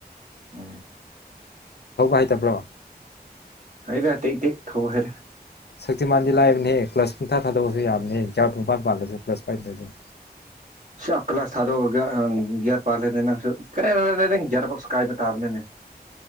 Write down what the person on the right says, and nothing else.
ꯎ
ꯑꯩꯗ ꯇꯩꯇ <unintelligible> ꯊꯧꯍꯔꯦ
ꯁ ꯀ ꯀ꯭ꯂꯥꯁ ꯊꯥꯗꯣꯛꯑꯒ ꯒ꯭ꯌꯥꯔ ꯄꯥꯜꯂꯦꯅꯦ ꯅꯪꯁꯨ ꯀ ꯅꯪ ꯒ꯭ꯌꯥꯔ ꯀꯥꯏꯕ ꯇꯥꯕꯅꯤꯅꯦ